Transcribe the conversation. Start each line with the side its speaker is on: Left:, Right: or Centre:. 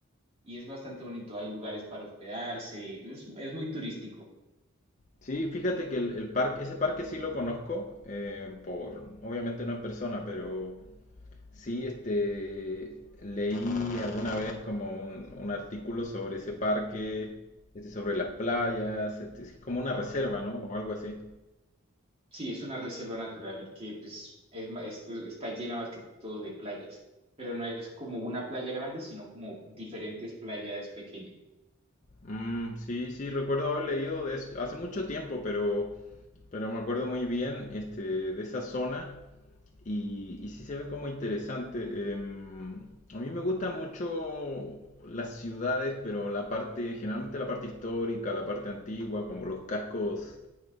Right: y es bastante bonito, hay lugares para hospedarse, es, es muy turístico.
Left: Sí, fíjate que el, el parque, ese parque sí lo conozco, eh, por, obviamente no en persona, pero Sí, este, leí alguna vez como un, un artículo sobre ese parque, este, sobre las playas, este, es como una reserva, ¿no? O algo así.
Right: Sí, es una reserva natural que pues es, ma- es- está llena más que todo de playas, pero no es como una playa grande, sino como diferentes playas pequeñas.
Left: Mm, sí, sí, recuerdo haber leído de eso hace mucho tiempo, pero, pero me acuerdo muy bien, este, de esa zona y, y sí se ve como interesante. Em, a mí me gustan mucho las ciudades, pero la parte, generalmente la parte histórica, la parte antigua, como los cascos